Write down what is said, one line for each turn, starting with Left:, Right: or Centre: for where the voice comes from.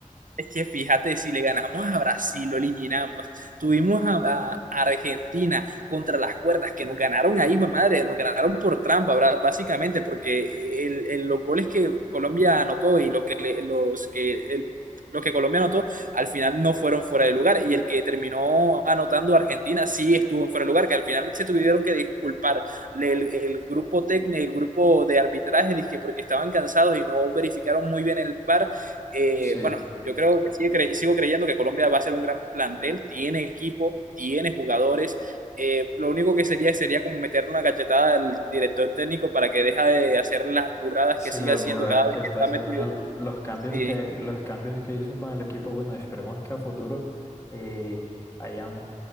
Right: Es que fíjate, si le ganamos a Brasil, lo eliminamos. Tuvimos a, a a Argentina contra las cuerdas, que nos ganaron ahí, hijo de madre, nos ganaron por trampa, bra- básicamente, porque el- el- los goles que Colombia anotó y los que, le- los que, el- los que Colombia anotó al final no fueron fuera de lugar. Y el que terminó anotando Argentina sí estuvo en fuera de lugar, que al final se tuvieron que disculpar el, el grupo técnico, el grupo de arbitraje, dizque porque estaban cansados y no verificaron muy bien el VAR eh,
Left: Sí.
Right: bueno, yo creo que sigue cre- sigo creyendo que Colombia va a ser un gran plantel, tiene equipo, tiene jugadores. Eh, lo único que sería sería como meterle una cachetada al director técnico para que deje de hacer las burradas
Left: Sí,
Right: que sigue
Left: las
Right: haciendo
Left: burradas
Right: cada vez
Left: que está
Right: que está
Left: haciendo,
Right: metido.
Left: no, los cambios
Right: Sí,
Left: que, los cambios que hizo con el equipo, bueno, esperemos que a futuro eh, hayan